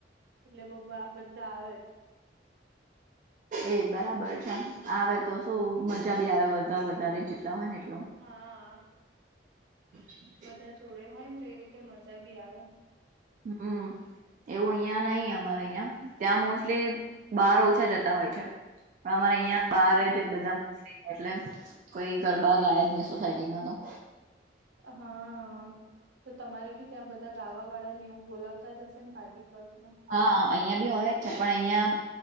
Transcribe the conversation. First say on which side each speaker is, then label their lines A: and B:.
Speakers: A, on the right; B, on the right.
A: એટલે બહુ બા બધા આવે જ
B: એ બરાબર
A: જ
B: છે આવે તો તો મજા બી આવ બધા વધારે જેટલા હોય ને એટલો
A: હા
B: <inaudible>
A: બધા જોડે હોય ને તો એ રીતે મજા બી આવે
B: હમ એવું અહિયાં નહીં અમારે અહિયાં ત્યાં મોસ્ટલી બહાર ઓછા જતા હોય છે પણ અમારે અહીંયા બાર
A: હા
B: જ બધા મોસ્ટલી થાય એટલે કોઈ ગરબા ગાય જ નહી સોસાયટીમાં તો
A: હા આ તો તમારે બી ત્યાં બધા ગાવા વાળા ને એવું બોલાવતા જ હશે ને પાર્ટી પ્લોટમાં
B: હા અહિયાં બી હોય જ છે પણ અહિયાં